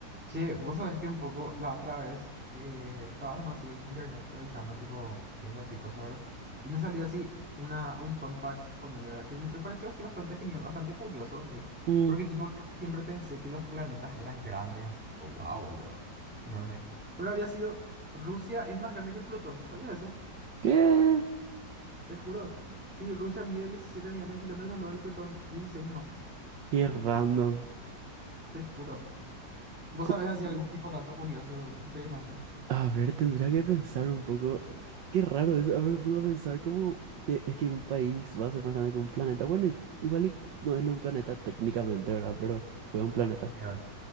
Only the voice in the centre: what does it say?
Che, vos sabés que un poco la otra vez eh, estaba nomás así en internet revisando, tipo, viendo así cosas, ¿verdad? Y me salió así una, un fun fact, ponerle, ¿verdad? Que me pareció así bastante genial, bastante curioso, ¿sí?
Porque, tipo, yo siempre pensé que los planetas eran grandes, así, tipo, wow, luego, enorme. Pero había sido, Rusia es más grande que Plutón, ¿sabías eso?
Te juro. Sí, Rusia mide 17 millones de kilómetros, luego hay Plutón 16 nomás,
te juro. ¿Vos
sabés
así algún tipo de dato curioso, interesante?
A ver.